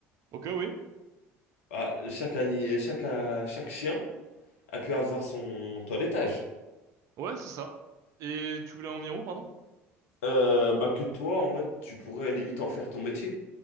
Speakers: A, on the right; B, on the left.
A: Ok, oui.
B: Ah, chaque, ani- chaque, euh, chaque chien a pu avoir son toilettage.
A: Ouais, c'est ça. Et tu voulais en venir où, pardon?
B: Euh, bah que toi, en mode, tu pourrais limite en faire ton métier.